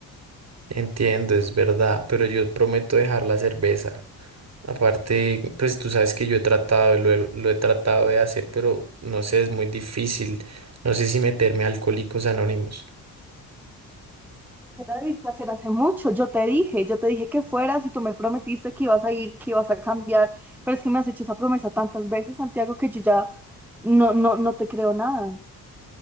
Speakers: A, on the right; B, in the centre.
A: Entiendo, es verdad, pero yo prometo dejar la cerveza. Aparte, pues tú sabes que yo he tratado, lo he, lo he tratado de hacer, pero no sé, es muy difícil. No sé si meterme a Alcohólicos Anónimos.
B: Yo la debiste hacer hace mucho, yo te dije, yo te dije que fueras y tú me prometiste que ibas a ir, que ibas a cambiar, pero es que me has hecho esa promesa tantas veces, Santiago, que yo ya no, no, no te creo nada.